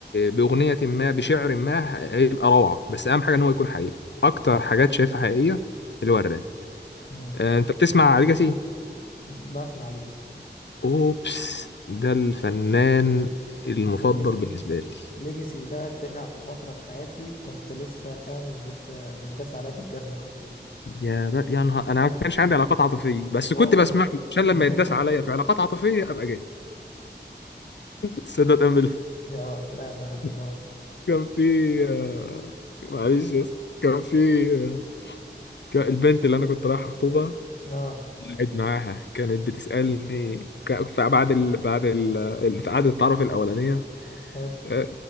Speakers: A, on the left (about 75°); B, on the left (about 50°).
A: باغنيه ما بشعر ما هيبقى روعه بس اهم حاجه ان هو يكون حقيقي اكتر حاجات شايفها حقيقيه اللي هو الراب
B: مم.
A: آه، انت بتسمع ليجاسي
B: بسمع ليجاسي
A: اوبس ده الفنان المفضل
B: ليجاسي
A: بالنسبه لي
B: ليجاسي ده طلع في فترة في حياتي كنت لسه فاهم لسه متداس عليها بالجزمة حرفيا
A: يا ب... يا نهار انا
B: فاهم
A: ما كانش عندي علاقات عاطفيه بس
B: وهو
A: كنت بسمع له عشان
B: <laughs>
A: لما يتداس عليا في علاقات عاطفيه ابقى جاي تصدق تأمل
B: اه لا اله الا
A: <laughs>
B: الله
A: كان في آه، معلش يا اسطى كان في آه، كان البنت اللي انا كنت رايح اخطبها
B: <laughs> اه
A: قاعد معاها كانت بتسالني ك- ف- بعد ال... بعد ال... قعدة التعارف الاولانيه
B: حلو
A: آه،